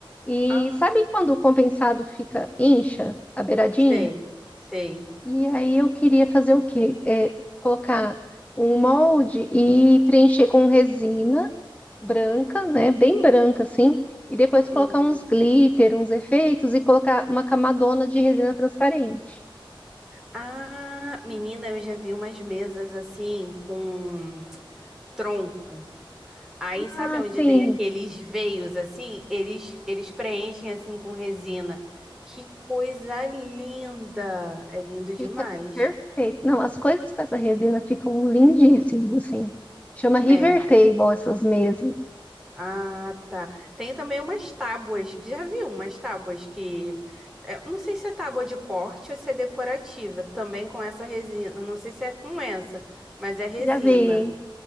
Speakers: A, on the left; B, in the centre.
A: E
B: Ah,
A: sabe quando o compensado fica incha a beiradinha?
B: sei, sei.
A: E aí eu queria fazer o quê? É, colocar um molde e preencher com resina branca, né? Bem branca assim, e depois
B: Uhum.
A: colocar uns glitter, uns efeitos e colocar uma camadona de resina transparente.
B: Ah, menina, eu já vi umas mesas assim com tronco. Aí sabe
A: Ah,
B: onde
A: sim,
B: tem aqueles veios assim? Eles eles preenchem assim com resina. Que coisa linda! É lindo demais.
A: fica perfeito. Não, as coisas com essa resina ficam lindíssimas assim. Chama River
B: É.
A: Table essas mesas.
B: Ah, tá. Tem também umas tábuas. Já viu umas tábuas que é, não sei se é tábua de corte ou se é decorativa, também com essa resina. Não sei se é com essa, mas é resina.
A: Já vi.